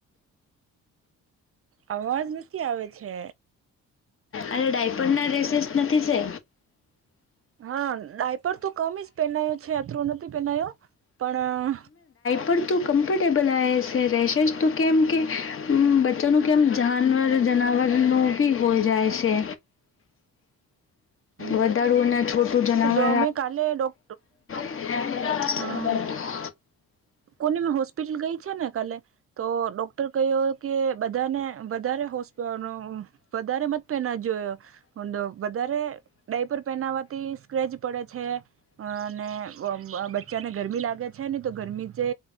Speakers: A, on the right; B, on the left.
A: આવાજમાં ક આવે છે?
B: અને ડાયપંડના ડ્રેસીસ નથી છે.
A: હા ડાયપર તો કમી જ પહેનાયો છે આતરું નથી પહેનાયો, પણ
B: પણ તો કમ્ફર્ટેબલ આવે છે રહેશે જ તો કેમ, કે બચ્ચાનું કેમ જાનવર જનાવરનું બી હોઈ જાય છે.
A: <inaudible>
B: વધારું અને છોટું જનાવર.
A: મે કાલે ડોક
B: એ
A: હા
B: <unintelligible>
A: કોની મે હોસ્પિટલ ગઈ છે ને કાલે, તો ડોક્ટર કહ્યો કે બધાને વધારે હોસ્ વધારે મત તો એના જ. હડો વધારે ડાયપર પહેનાવાથી સ્ક્રેચ પડે છે. અ અને બચ્ચાને ગરમી લાગે છે ને તો ગરમી જે